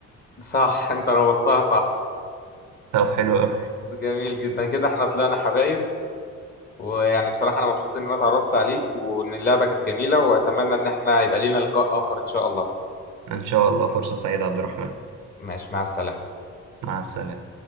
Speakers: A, on the left; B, on the right.
A: صح <laughs> أنت ربطتها صح
B: طب حلو قوي
A: جميل جدا كده احنا طلعنا حبايب ويعني بصراحة أنا مبسوط إن أنا اتعرفت عليك وإن اللعبة كانت جميلة وأتمنى إن احنا يبقى لينا لقاء آخر إن شاء الله
B: ان شاء الله فرصة سعيدة يا عبد الرحمن
A: ماشي مع السلامة
B: مع السلامة